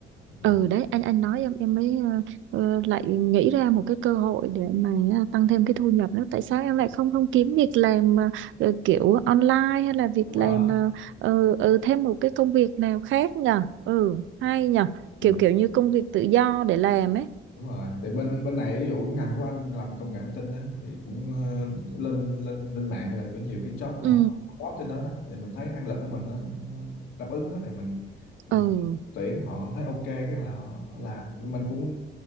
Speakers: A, on the left; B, on the right.
A: Ừ,
B: ừ đấy anh anh nói em em mới ờ, ờ, lại nghĩ ra một cái cơ hội để mà à, tăng thêm cái thu nhập nữa tại sao em lại không không kiếm việc làm ờ, ờ, kiểu online hay là việc
A: đúng
B: làm
A: rồi
B: ờ, ờ, ừ, thêm một cái công việc nào khác nhờ ừ hay nhờ
A: Ừ.
B: kiểu kiểu như công việc tự do để làm ấy
A: đúng rồi thì bên bên này ví dụ cái ngành của anh làm công nghệ thông tin á thì cũng ờ, lên lên lên mạng là có nhiều cái job nó
B: ừ
A: hot trên đó đó thì mình thấy năng lực của mình nó, nó đáp ứng á thì mình mình
B: ừ
A: tuyển họ thấy ok cái là họ làm Nhưng mình cũng